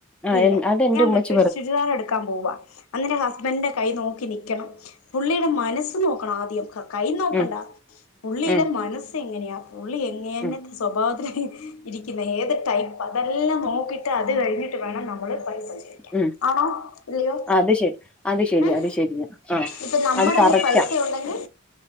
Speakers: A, in the centre; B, on the left.
A: ആ
B: ഇല്ല
A: എൻ അതെന്റ
B: ഞാൻ
A: ഉമ്മച്ച
B: പറ്റ ഒരു ചുരിദാറെടുക്കാം പോവ്വ അന്നരം ഹ സ്ബന്റെ കൈ നോക്കി നിക്കണം പുള്ളിയുടെ മനസ്സ് നോക്കണം ആദ്യം ക കൈ നോക്കണ്ട
A: ഉം
B: പുള്ളിയുടെ
A: ഉം
B: മനസ്സെങ്ങനെയാ പുള്ളി എങ്ങെനത്ത
A: ഉം
B: സ്വഭാവത്തില് ഹി ഇരിക്കുന്ന ഏത് ടൈപ്പ അതെല്ലാം നോക്കി ട്ടത് കഴിഞ്ഞിട്ട് വേണം നമ്മള് പൈസ ചോയിക്കാൻ
A: ഉം
B: ആണോ ഇല്ലിയോ
A: അത് ശരി അത് ശരി
B: ഉം
A: അത് ശരിയാ ആ
B: ഇപ്പൊ നമ്മട
A: അത് കറക്റ്റാ
B: കൈ പൈസയോ ണ്ടങ്കി